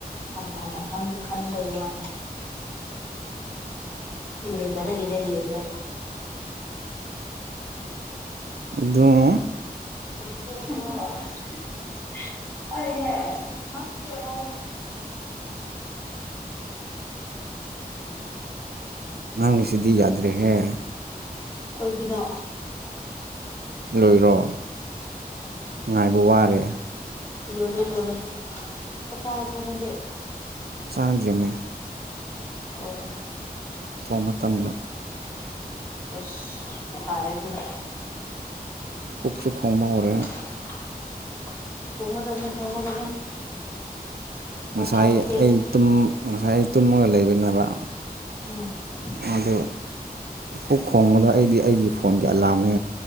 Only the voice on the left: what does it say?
ꯍꯟꯊꯅ ꯈꯟ ꯈꯟꯕꯩ ꯋꯥꯅꯤ ꯂꯦꯗꯔꯒꯤꯅꯦ ꯂꯦꯗꯔ
<unintelligible> <unintelligible> <unintelligible>
ꯀꯩꯒꯤꯅꯣ
ꯂꯣꯏꯔ‌ꯦ ꯂꯣꯏꯔ‌ꯦ ꯆꯥꯛ ꯆꯥꯔꯕ‌ꯣ ꯅꯪꯗꯤ
ꯑꯣ
ꯑꯁ ꯐꯥꯔꯦ ꯑꯗꯨꯅ
<unintelligible> ꯆꯥꯛ
ꯆꯥꯕ ꯊꯦꯡꯉꯗꯤ
ꯎꯝ